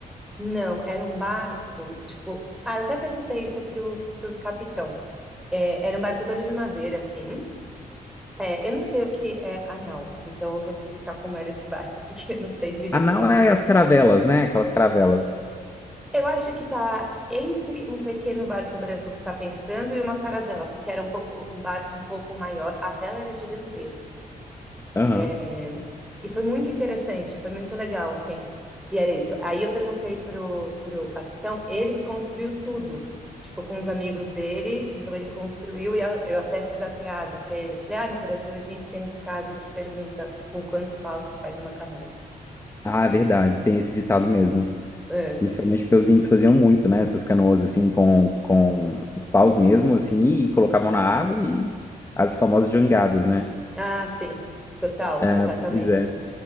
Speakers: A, in the centre; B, on the left.
A: Não, era um barco, tipo, ah, eu até perguntei isso pro, pro capitão. É, era um barco todo de madeira, assim. É, eu não sei o que é anal, então eu vou te explicar como era esse barco, <laughs> porque eu não sei direito
B: A nau
A: esse conceito.
B: é as caravelas, né? Aquelas caravelas.
A: Eu acho que tá entre um pequeno barco branco que você está pensando e uma caravela, porque era um pouco um barco um pouco maior. A vela era gigantesca, assim.
B: Aham.
A: É, e foi muito interessante, foi muito legal, assim. E era isso. Aí eu perguntei pro, pro capitão, ele construiu tudo, tipo, com os amigos dele. Então ele construiu e eu, eu até fiz a piada para ele. Eu Falei, ah, no Brasil a gente tem um ditado que pergunta com quantos paus se faz uma canoa.
B: Ah, é verdade, tem esse ditado mesmo.
A: É.
B: Principalmente porque os índios faziam muito, né? Essas canoas, assim, com, com os paus mesmo, assim, e colocavam na água e as famosas jangadas, né?
A: Ah, sim, total,
B: É,
A: exatamente.
B: pois é.